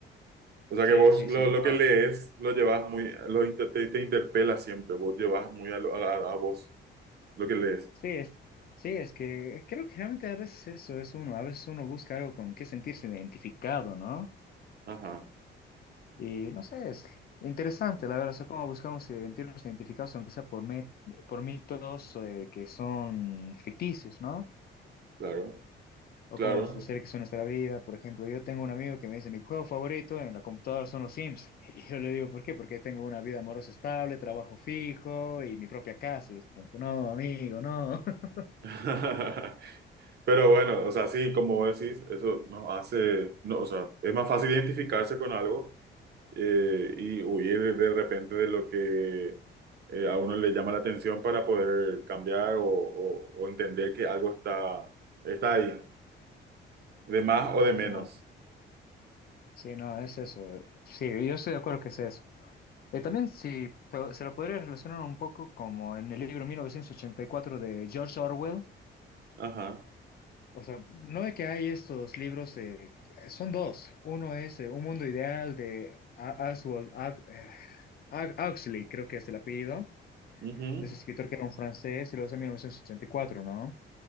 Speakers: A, on the right; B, on the left.
A: O sea
B: Sí,
A: que vos
B: sí,
A: lo,
B: sí,
A: lo
B: no.
A: que lees lo llevas muy, lo inter- te, te interpela siempre, vos llevas muy a, lo- a, la- a vos lo que lees.
B: Sí, es, sí, es que creo que realmente a veces eso es uno, a veces uno busca algo con que sentirse identificado, ¿no?
A: Ajá,
B: Y no sé, es interesante, la verdad, o sea, cómo buscamos sentirnos identificados, aunque sea por, me- por mitos eh, que son ficticios, ¿no?
A: claro,
B: O
A: claro.
B: cómo nos gustaría que sea nuestra vida. Por ejemplo, yo tengo un amigo que me dice, mi juego favorito en la computadora son los Sims. <laughs> Y yo le digo, ¿por qué? Porque tengo una vida amorosa estable, trabajo fijo y mi propia casa. Y es como que no, amigo, no. <laughs>
A: <laughs> Pero bueno, o sea, sí, como vos decís, eso nos hace, no, o sea, es más fácil identificarse con algo eh, y huir de repente de lo que eh, a uno le llama la atención para poder cambiar o, o, o entender que algo está, está ahí, de más o de menos.
B: Sí, no, sí, no, es eso. Sí, yo estoy de acuerdo que es eso. Eh, también sí, po- se lo podría relacionar un poco como en el libro 1984 de George Orwell.
A: Ajá.
B: O sea, no de que hay estos libros, eh, son dos. Uno es eh, Un mundo ideal de A- Oswald Ag- eh, Ag- Huxley, creo que es el apellido,
A: Ujú.
B: de ese escritor que era un francés, y luego es en mil novecientos ochenta y cuatro ¿no?